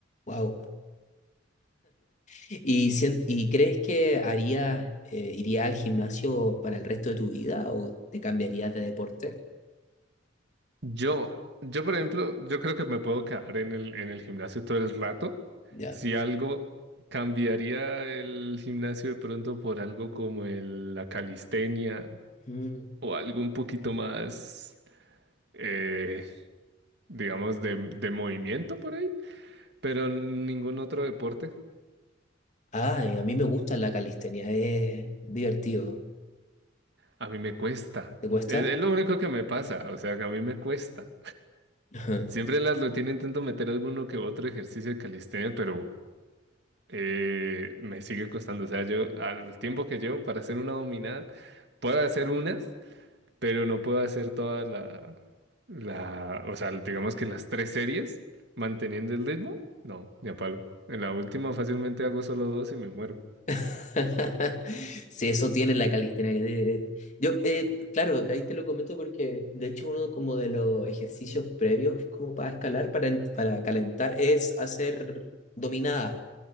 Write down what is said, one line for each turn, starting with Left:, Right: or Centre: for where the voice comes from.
Left: wow. ¿Y, sien- y crees que harías, eh, irías al gimnasio para el resto de tu vida o te cambiarías de deporte?
Right: Yo, yo, por ejemplo, yo creo que me puedo quedar en el, en el gimnasio todo el rato.
Left: Ya.
Right: Si algo cambiaría el gimnasio de pronto por algo como el- la calistenia
Left: Mm.
Right: o algo un poquito más, eh, digamos, de, de movimiento por ahí, pero ningún otro deporte.
Left: Ay, a mí me gusta la calistenia, es divertido.
Right: A mí me cuesta.
Left: ¿Te cuesta?
Right: Es, es lo único que me pasa, o sea, que a mí me cuesta.
Left: <laughs>
Right: Siempre en las rutinas intento meter alguno que otro ejercicio de calistenia, pero... eh, me sigue costando. O sea, yo al tiempo que llevo para hacer una dominada, puedo hacer unas, pero no puedo hacer toda la, la, o sea, digamos que las tres series manteniendo el ritmo. No, ni a palo. En la última fácilmente hago solo dos y me muero.
Left: <laughs> Sí, eso tiene la calistenia. Eh, Yo, eh, claro, de ahí te lo comento porque de hecho uno como de los ejercicios previos como para escalar, para, en- para calentar, es hacer dominada,